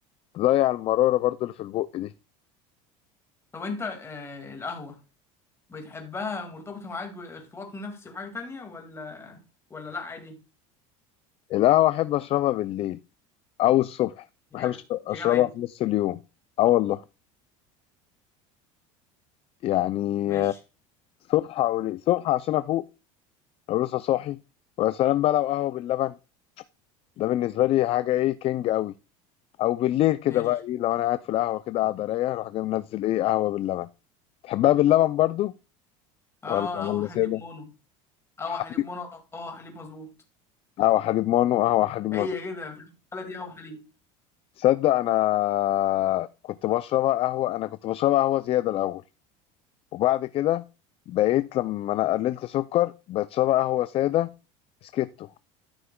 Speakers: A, on the left; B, on the left.
A: تضيع المراره برضو اللي في البق دي
B: طب انت آه القهوة بتحبها مرتبطة معاك بارتباط نفسي بحاجة تانية ولا ولا لأ عادي
A: القهوه احب اشربها بالليل او الصبح
B: يا
A: ما بحبش
B: جدع يا
A: اشربها
B: جدع انت
A: في نص اليوم اه والله يعني
B: ماشي
A: آه، الصبح او ليه؟ الصبح عشان افوق لو لسه صاحي ويا سلام بقى لو قهوه باللبن ده بالنسبه لي حاجه ايه كينج قوي او بالليل كده
B: ماشي
A: بقى ايه لو انا قاعد في القهوه كده قاعد رايقه اروح جاي منزل ايه قهوه باللبن تحبها باللبن برضو
B: اه
A: ولا ولا
B: قهوة حليب
A: ساده
B: مونو قهوة
A: حليب
B: حليب مونو قهوة حليب مظبوط
A: قهوه حليب مانو قهوه حليب مظبوط
B: هي كده في الحالة دي قهوة حليب
A: تصدق انا كنت بشربها قهوه انا كنت بشربها قهوه زياده الاول وبعد كده بقيت لما انا قللت سكر بتشرب قهوه ساده سكتو